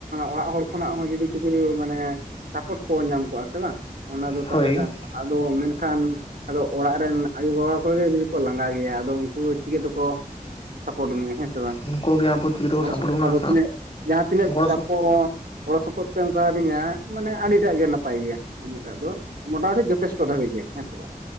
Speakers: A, on the right; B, on the left.
A: ᱚᱲᱟᱜ ᱦᱚᱲ ᱠᱷᱚᱱᱟᱜ ᱦᱚᱸ ᱡᱩᱫᱤ ᱠᱤᱪᱷᱩ ᱢᱟᱱᱮ ᱥᱟᱯᱚᱴ ᱠᱚ ᱧᱟᱢ ᱠᱚᱜ-ᱟ ᱥᱮ ᱵᱟᱝ ᱚᱱᱟ ᱫᱚ ᱛᱟᱦᱚᱞᱮ
B: ᱦᱳᱭ
A: ᱜᱟᱢ ᱠᱚᱜ-ᱟ? ᱟᱫᱚ ᱢᱮᱱᱠᱷᱟᱱ ᱟᱫᱚ ᱚᱲᱟᱜ ᱨᱮᱱ ᱟᱭᱳ-ᱵᱟᱵᱟ ᱠᱚᱜᱮ ᱡᱩᱫᱤ ᱠᱚ ᱞᱟᱸᱜᱟ ᱜᱮᱭᱟ ᱟᱫᱚ ᱩᱱᱠᱩ ᱪᱤᱠᱟᱹ ᱛᱮᱠᱚ ᱥᱟᱯᱳᱨᱴ ᱢᱮᱭᱟ ᱦᱮᱸ ᱥᱮ ᱵᱟᱝ?
B: ᱩᱱᱠᱩ ᱜᱮ ᱟᱵᱚ ᱜᱤᱫᱽᱨᱟᱹ
A: ᱜᱚᱲᱚ
B: ᱠᱚ ᱥᱟᱯᱚᱴ
A: ᱥᱚᱯᱚᱦᱚᱫ
B: ᱵᱚᱱᱟ
A: ᱟᱫᱚ ᱛᱤᱱᱟᱹᱜ ᱡᱟᱦᱟᱸ ᱛᱤᱱᱟᱹᱜ
B: ᱜᱚᱲᱚ
A: ᱛᱟᱠᱚ
B: ᱥᱚᱯ
A: ᱜᱚᱲᱚ ᱥᱚᱯᱚᱦᱚᱫ ᱮᱢ ᱠᱟᱫᱤᱧᱟ ᱢᱟᱱᱮ ᱟᱹᱰᱤᱴᱟᱜ ᱜᱮ ᱱᱟᱯᱟᱭ ᱜᱮᱭᱟ ᱩᱱᱟᱹᱜ ᱴᱟᱜ ᱫᱚ ᱢᱚᱴᱟᱢᱩᱴᱤ ᱡᱚᱛᱷᱮᱥᱴᱚ ᱱᱤᱛᱟᱹᱜ ᱫᱷᱟᱹᱵᱤᱡ ᱜᱮ ᱦᱮᱸᱥᱮ ᱵᱟᱝ